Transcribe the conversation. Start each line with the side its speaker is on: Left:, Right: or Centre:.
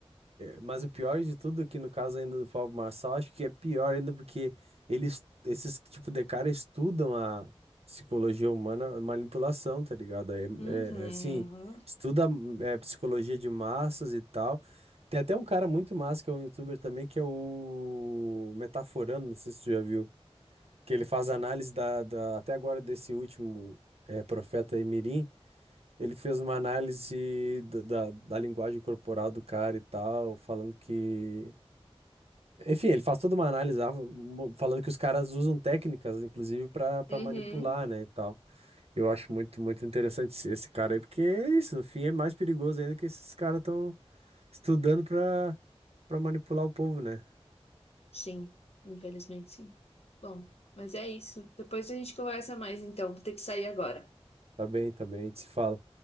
Right: Mas o pior de tudo, é que no caso ainda do Pablo Marçal, acho que é pior ainda porque eles, esses tipo de cara estudam a psicologia humana, a manipulação, tá ligado? É, é-
Left: Uhum.
Right: é assim, estuda é, psicologia de massas e tal. Tem até um cara muito massa que é um youtuber também, que é o Metaforando, não sei se tu já viu, que ele faz análise da, da- até agora desse último é, profeta aí, Mirim. Ele fez uma análise da, da, da linguagem corporal do cara e tal, falando que. Enfim, ele faz toda uma análise lá, mo- falando que os caras usam técnicas, inclusive, pra para
Left: Uhum.
Right: manipular, né, e tal. Eu acho muito, muito interessante esse esse cara aí, porque é isso, no fim é mais perigoso ainda que esses caras estão estudando pra para manipular o povo, né?
Left: Sim, infelizmente sim. Bom, mas é isso. Depois a gente conversa mais, então. Vou ter que sair agora.
Right: Tá bem, tá bem, a gente se fala.